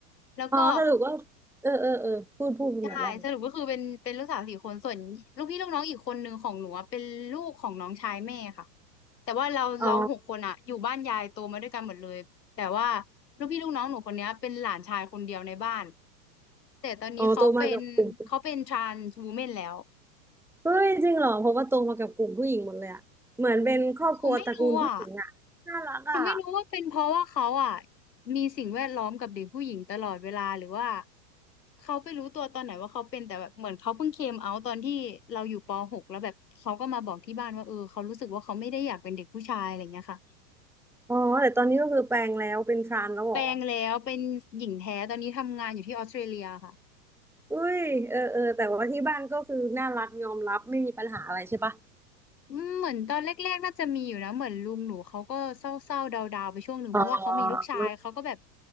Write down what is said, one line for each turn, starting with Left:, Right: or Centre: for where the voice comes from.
Left: แล้วก็
Centre: อ๋อสรุปว่าเออเออเออพูดพูดพูดมาได้เลย
Left: ใช่สรุปก็คือเป็นเป็นลูกสาวสี่คนส่วนลูกพี่ลูกน้องอีกคนหนึ่งของหนูอะเป็นลูกของน้องชายแม่ค่ะแต่ว่าเราเราหกคนอะอยู่บ้านยายโตมาด้วยกันหมดเลยแต่ว่า
Centre: อ๋อ
Left: ลูกพี่ลูกน้องหนูคนเนี้ยเป็นหลานชายคนเดียวในบ้านแต่ตอนนี้เขาเป็นเขาเป็น
Centre: อ๋อโตมากับกลุ่ม
Left: t r า n s ์วูแมนแล้ว
Centre: เฮ้ยจริงเหรอเพราะว่าโตมากับกลุ่มผู้หญิงหมดเลยอะเหมือนเป็นครอบครัวตระกูลผู้หญิงอะน่ารักอะ
Left: หนูไม่รู้อะ หนูไม่รู้ว่าเป็นเพราะว่าเขาอ่ะมีสิ่งแวดล้อมกับเด็กผู้หญิงตลอดเวลาหรือว่าเขาไปรู้ตัวตอนไหนว่าเขาเป็นแต่แบบเหมือนเขาเพิ่งเคมเอาตอนที่เราอยู่ปหกแล้วแบบเขาก็มาบอกที่บ้านว่าเออเขารู้สึกว่าเขาไม่ได้อยากเป็นเด็กผู้ชายอะไรเงี้ยค่ะ
Centre: อ๋อแต่ตอนนี้ก็คือแปลงแล้วเป็นทรานแล้วเหรอ
Left: แปลงแล้วเป็นหญิงแท้ตอนนี้ทำงานอยู่ที่ออสเตรเลียค่ะ
Centre: เฮ้ยเออเออแต่ว่าที่บ้านก็คือน่ารักยอมรับไม่มีปัญหาอะไรใช่ปะ
Left: อืมเหมือนตอนแรกๆน่าจะมีอยู่นะเหมือนลุงหนูเขาก็เศร้าๆดาวๆไปช่วงหนึ่งเพราะว่าเขามีลูกชายเขาก็แบบ
Centre: อ๋อ